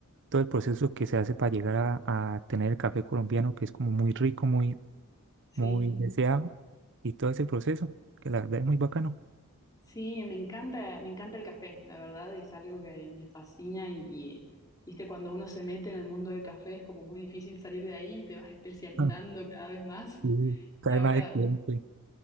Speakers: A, on the right; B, on the left.
A: todo el proceso que se hace para llegar a, a tener el café colombiano, que es como muy rico, muy,
B: sí,
A: muy deseado, y todo ese proceso, que la verdad es muy bacano.
B: sí, me encanta, me encanta el café, la verdad, es algo que me fascina y, y, viste, cuando uno se mete en el mundo del café es como muy difícil salir de ahí y te vas especializando
A: Ah,
B: cada vez más. <laughs>
A: sí, cae
B: Y ahora,
A: mal el cliente.